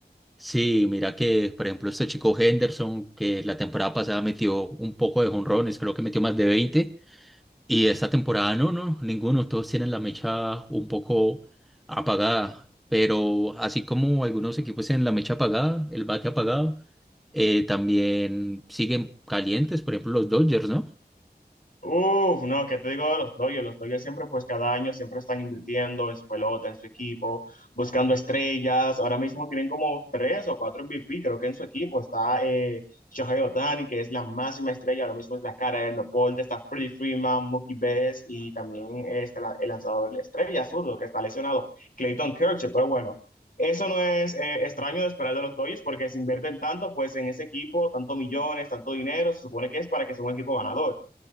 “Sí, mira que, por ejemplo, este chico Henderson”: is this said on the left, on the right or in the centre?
Centre